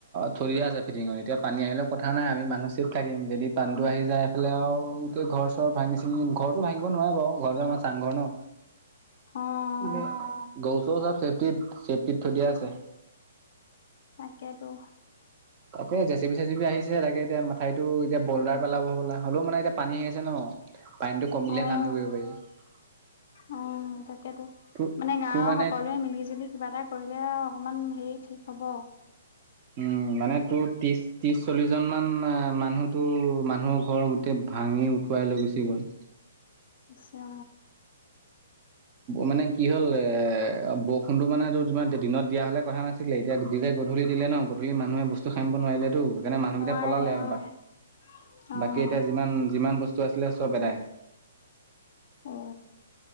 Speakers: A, on the right; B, on the left.
A: থৈ দিয়া আছে তিঙত এতিয়া পানী আহিলেও কথা নাই আমি মানুহ চেফ থাকিম যদি পানীটো আহি যায় এইফালে আৰু ঘৰ চৰ ভাঙি চিঙি ঘৰতো ভাঙিব নোৱাৰে বাৰু ঘৰটো আমাৰ চাংঘৰ ন।
B: অ',
A: এনে গৰু চৌ চব চেফটিত চেফটিত থৈ দিয়া আছে।
B: তাকেটো
A: তাকে জেচিপি চেচিপি আহিছে তাকে এতিয়া মাথাইত এইটো এতিয়া বলডাৰ পেলাব হ'বলা হলেও মানে এতিয়া পানী আহি আছে ন টো কমিলে
B: অ',
A: কামটো কৰিব পাৰিব
B: অ তাকেতো
A: তোৰ
B: মানে গাৱৰ
A: তোৰ মানে
B: সকলোৱে মিলি জুলি কিবা এটা কৰি লে অকমান হেই ঠিক হ'ব
A: উম মানে তোৰ ত্ৰিশ ত্ৰিশ চল্লিশ জন মান মানুহ তোৰ মানুহৰ ঘৰৰ গোটেই ভাং ভাঙি উটুৱাই লৈ গুচি গ'ল
B: আচ্ছা
A: মানে কি হ'ল এ বষুণটো মানে তোৰ দিনত দিয়া হলে কথা নাছিলে এতিয়া গধূলি দিলে ন গধূলি মানুহে বস্তু নোৱাৰিলেতো সেইকাৰণে মানুহকেইটা
B: নোৱাৰে
A: পলালে আৰু
B: অ', অ',
A: বাকি এতিয়া যিমান যিমান বস্তু আছিলে চব এদাই
B: অ